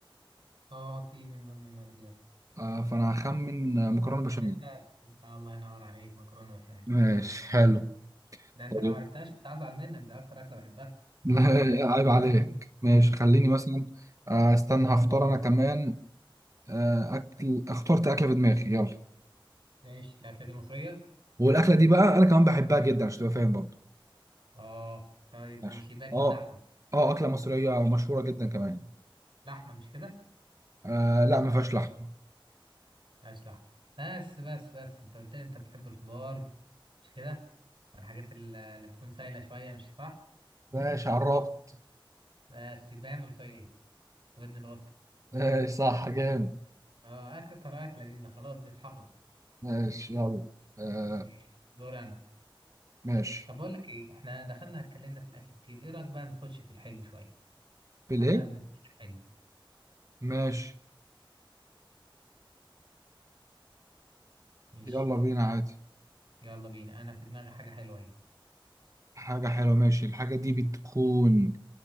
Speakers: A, on the right; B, on the right.
A: اه في من ضمن المقادير
B: آه، فانا هخمن آه، مكرونه بشاميل
A: عم انت آه، الله ينور عليك مكرونه بشاميل
B: ماشي حلو
A: ده انت
B: طيب
A: لو ما عرفتهاش كنت هزعل منك ده اكتر اكله بحبها
B: لا <laughs>
A: خد عارف
B: عيب عليك ماشي خليني مثلا
A: طيب
B: آه، استنى هختار انا كمان آه، اكل اخترت اكله في دماغي يلا
A: ماشي الاكله دي مصريه
B: والاكله دي بقى انا كمان بحبها جدا عشان تبقى فاهم برضه
A: اه طيب
B: ماشي
A: ماشي يبقى اكيد
B: اه
A: لحمه
B: اه اكله مصريه مشهوره جدا كمان
A: لحمه مش كده
B: آه لا ما فيهاش لحمه
A: ماشي لحمه بس بس بس انت قلت لي انت بتحب الخضار مش كده الحاجات ال- اللي بتكون سايله شويه مش صح
B: ماشي عرفت
A: بس يبقى هي ملوخيه ودن القط
B: ماشي صح جامد
A: اه اكتر اكله دي ده خلاص دي اتحفظت
B: ماشي يلا آه
A: ماشي دور انا
B: ماشي
A: طب بقول لك ايه احنا دخلنا اتكلمنا في الاكل كتير ايه رايك بقى نخش في الحلو شويه
B: بلاي
A: انا في دماغي حلو
B: ماشي
A: ماشي
B: يلا بينا عادي
A: يلا بينا انا في دماغي حاجه حلوه اهي
B: حاجة حلوة ماشي الحاجة دي بتكون